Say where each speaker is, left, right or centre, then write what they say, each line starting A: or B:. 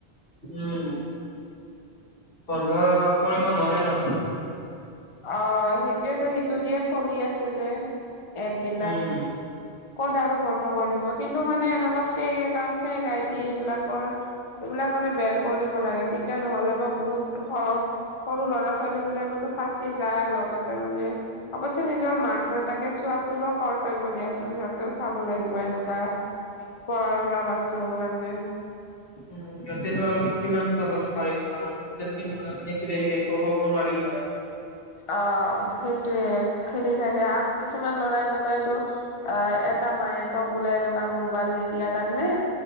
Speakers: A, on the left; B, on the left.
A: উম। বন্ধা কৰিব নোৱাৰে নহয়।
B: অহ, সেইটোয়েতো সেইটো দিয়ে চলি আছে যে এপবিলাক।
A: উম
B: ক'ত আৰু বন্ধ কৰিব কিন্তু মানে এনেকুৱা ফেক একাউণ্ট ফেক আইডি এইবিলাকৰ এইবিলাক মানে বেন কৰিব লাগে তেতিয়া নহ'লে বা বহুত সৰু ল'ৰা-ছোৱালী বিলাকেতো ফাঁচি যায় লগত লগতে মানে অৱশ্যে নিজৰ মাক-দেউতাকে চোৱাটোৰ কৰ্তব্য দিয়াচোন, সিহঁতেও চাব লাগিব এনেকুৱা কৰাৰ পৰা বাচোৱাব কাৰণে।
A: উম, সিহঁতেনো আৰু কিমান চাবলৈ পাৰিব কাৰণ সিহঁতে যদি মনে-মনে খেলি থাকে একো ক'বও নোৱাৰি। সেইটো হয়।
B: অহ, সেইটোৱে খেলি থাকে আৰু কিছুমান ল'ৰা এনেকুৱাইতো অহ, এটা মায়েকক বোলে এনেকুৱা মোবাইল নিদিয়াৰ কাৰণে